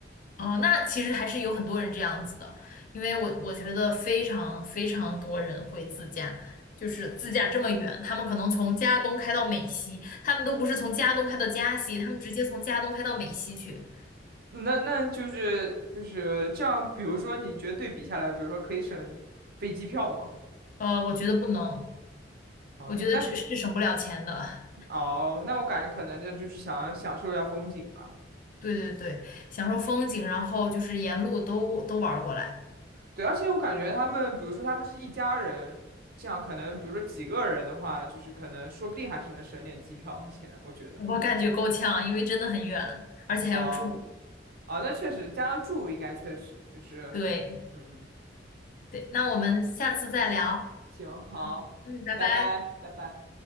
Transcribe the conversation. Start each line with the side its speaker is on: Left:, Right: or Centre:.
Left: 哦，那其实还是有很多人这样子的，因为我我觉得非常非常多人会自驾，就是自驾这么远，他们可能从加东开到美西，他们都不是从加东开到加西，他们直接从加东开到美西去。
Right: <laughs> 那那就是就是这样，比如说你觉得对比下来，比如说可以省飞机票吗？
Left: 呃，我觉得不能，
Right: 哦，
Left: 我觉得这是省不了钱的。
Right: 那哦，那我感觉可能这就是想享受一下风景吧。
Left: 对对对，享受风景，然后就是沿路都都玩儿过来，
Right: 对，而且我感觉他们，比如说他们是一家人，这样可能，比如说几个人的话，就是可能说不定还是能省点机票 <laughs> 钱，我觉得。
Left: 我感觉够呛，因为真的很远，而且还要住。
Right: 哦，哦，那确实，加上住应该确实就是，
Left: 对
Right: 嗯，
Left: 对，那我们下次再聊。
Right: 行，好，
Left: 好，嗯，拜拜。
Right: 拜拜，拜拜。